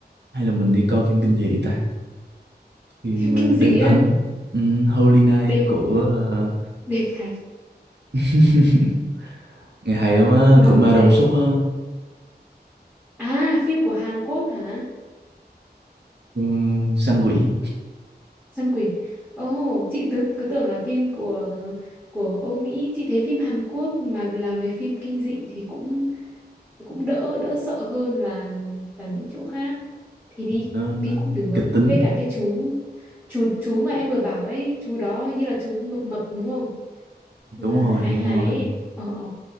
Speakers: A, on the right; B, in the centre.
A: hay là mình đi coi phim kinh dị ta phim
B: Phim
A: ờ,
B: kinh
A: Đêm
B: dị
A: Thánh
B: á.
A: ừ, Holy Night
B: Đêm,
A: của ờ,
B: đêm thánh. <laughs>
A: <laughs> ngày hay lắm á
B: Nó
A: của Ma
B: về...
A: Đông Xuất á
B: À, phim của Hàn Quốc hả?
A: ừ, săn quỷ
B: Săn quỷ. Ồ, oh, chị cứ, cứ tưởng là phim của của ông Mỹ. Chị thấy phim Hàn Quốc mà làm về phim kinh dị thì cũng cũng đỡ đỡ sợ hơn là là những chỗ khác. Thì đi
A: nó, nó
B: đi cũng được.
A: kịch tính
B: Với cả cái chú chú chú mà em vừa bảo ấy, chú đó hình như là chú mập mập đúng không? Nhưng
A: đúng
B: mà
A: rồi
B: hài
A: đúng
B: hài
A: rồi
B: ấy. Ờ ờ.